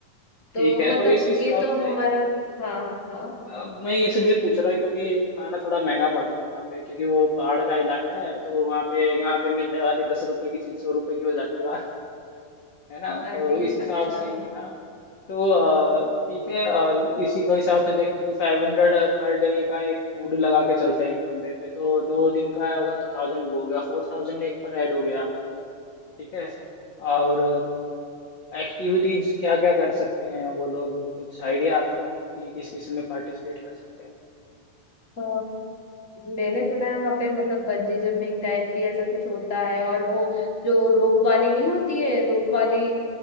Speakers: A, on the left; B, on the left.
A: तो
B: ठीक है
A: मतलब
B: तो इस हिसाब
A: ये तो
B: से
A: हमारा हाँ हाँ
B: अ, मैं इसलिए पूछ रहा क्योंकि खाना थोड़ा महंगा पड़ता है वहाँ पे क्योंकि वो पहाड़ का इलाका है तो वहाँ पे यहाँ पे मिलने वाली दस रुपए की चीज सौ रुपए की हो जाती है है ना
A: अरे
B: तो इस हिसाब
A: अच्छा
B: से ही हाँ तो अ, ठीक है अ, इसी के हिसाब से देखते हो फाइव हंड्रेड पर डे का एक फूड लगा के चलते हैं एक बंदे पे तो दो दिन का होगा तो थाउजेंड वो हो गया फोर थाउजेंड एक पर ऐड हो गया अब तक ठीक है और एक्टिविटीज क्या क्या कर सकते हैं वो लोग कुछ आइडिया आपको कि किस किस में पार्टिसिपेट कर सकते हैं
A: अ, मैंने सुना है वहां पे मतलब बंजी जंपिंग टाइप भी ऐसा कुछ होता है और वो जो रोप वाली नहीं होती है रोप वाली